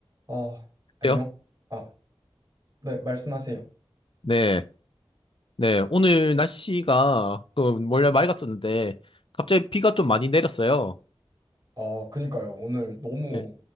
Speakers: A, on the right; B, on the left.
A: 아, 안녕.
B: 그래요?
A: 아, 네, 말씀하세요.
B: 네, 네. 오늘 날씨가 그 원래 맑았었는데 갑자기 비가 좀 많이 내렸어요.
A: 아, 그니까요. 오늘 너무
B: 예.